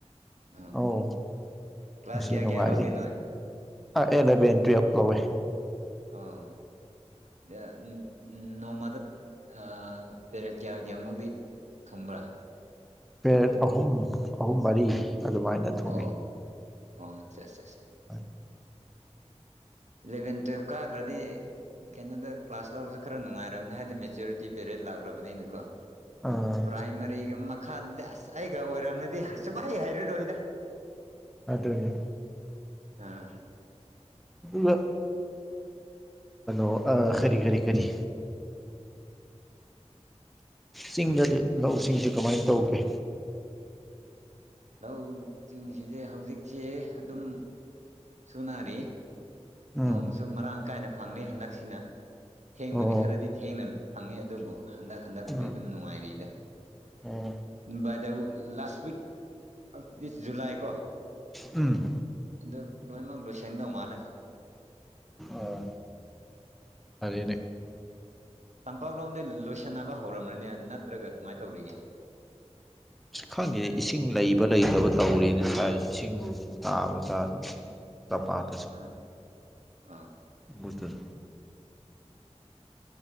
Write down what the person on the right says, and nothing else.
ꯑꯥ
ꯀ꯭ꯂꯥꯁ
ꯀꯌꯥ
ꯀꯌꯥ ꯂꯧꯒꯦ ꯅꯣꯏ
ꯑꯥ ꯑꯦ ꯎꯝ ꯅꯣꯡꯃꯗ ꯑꯥ ꯄꯦꯔꯦꯠ ꯀꯌꯥ ꯀꯌꯥꯃꯨꯛꯗꯤ ꯊꯨꯡꯕ꯭ꯔꯥ
ꯑꯣ
ꯑꯣ ꯆꯦꯁ ꯆꯦꯁ
ꯏꯂꯚꯦꯟ ꯇꯨꯌꯦꯜꯞ ꯀꯥꯒꯔꯗꯤ ꯀꯩꯅꯣꯗ ꯀ꯭ꯂꯥꯁ ꯂꯧꯕꯁꯦ ꯈꯔ ꯅꯨꯡꯉꯥꯏꯔꯝꯅꯦ ꯍꯥꯏꯗꯤ ꯃꯦꯆꯌꯨꯔꯤꯇꯤ ꯄꯦꯔꯦꯠ ꯂꯥꯛꯔꯕꯅꯤꯅꯀꯣ
ꯄ꯭ꯔꯥꯏꯃꯔꯤꯒ ꯃꯠ ꯈꯥꯗꯗꯤ ꯑꯁ ꯑꯩꯒ ꯑꯣꯏꯔꯝꯃꯗꯤ ꯁꯨꯞꯍꯩ ꯍꯩꯔꯔꯣꯏꯗ
ꯑꯝ
ꯂꯧꯆꯤꯡꯁꯤꯁꯦ ꯍꯧꯖꯤꯛꯁꯦ ꯑꯗꯨꯝ ꯁꯨꯅꯔꯤ
ꯅꯣꯡꯁꯨ ꯃꯔꯥꯡ ꯀꯥꯏꯅ ꯐꯪꯅꯩ ꯍꯟꯗꯛꯁꯤꯅ ꯊꯦꯡꯕꯗꯤ
ꯈꯔꯗꯤ ꯊꯦꯡꯅ ꯐꯪꯉꯦ ꯑꯗꯨꯕꯨ ꯍꯟꯗꯛ ꯍꯟꯗꯛꯄꯨꯗꯤ
ꯑꯗꯨꯝ ꯅꯨꯡꯉꯥꯏꯔꯤꯗ
ꯕꯥꯏꯗꯋꯨꯗ last week of this July ꯀꯣ
ꯑꯗꯨ ꯂꯣꯏꯃꯛ ꯂꯣꯏꯁꯟꯗꯧ ꯃꯥꯜꯂꯦ
ꯇꯝꯄꯥꯛꯂꯣꯝꯗꯤ ꯂꯣꯏꯁꯟꯅꯕ ꯍꯧꯔꯝꯃꯅꯤ ꯅꯠꯇ꯭ꯔꯒ ꯀꯃꯥꯏ ꯇꯧꯔꯤꯒꯦ
ꯑ ꯑꯥ